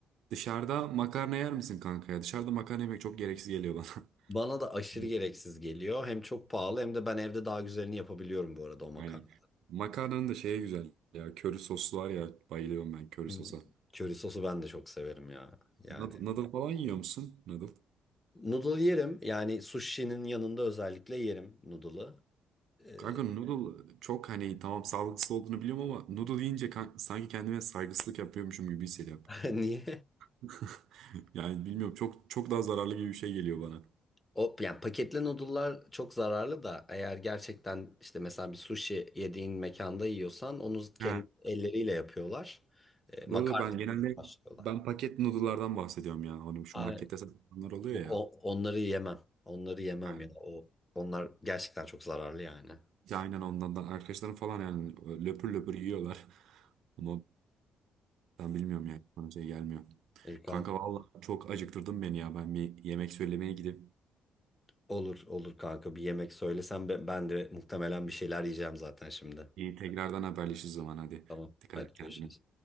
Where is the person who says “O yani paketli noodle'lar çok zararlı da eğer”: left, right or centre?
Left